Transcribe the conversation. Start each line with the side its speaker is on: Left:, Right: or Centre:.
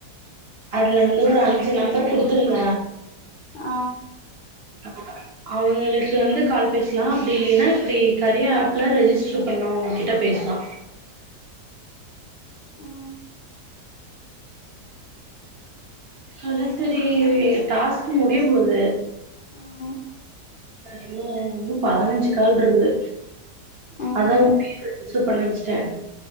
Right: அதுல வந்து ஒரு அஞ்சு நம்பர் குடுத்துருந்த
Left: ஆ
Right: <inaudible> அவுங்களுக்கு வந்து கால் பேசலா அப்டி இல்லைன்னா இப்படி கரியா ஆப்ல ரெஜிஸ் ட்டு பண்ணவங்ககிட்ட பேசலா
Left: ம்
Right: அத தெரியிது டாஸ்க் முடிய போது
Left: ம்
Right: இன்னும் இன்னும் பதினஞ்சு கால் இருக்கு
Left: ம்ஹும்
Right: அதா <unintelligible> சு பண்ண வச்சுட்டே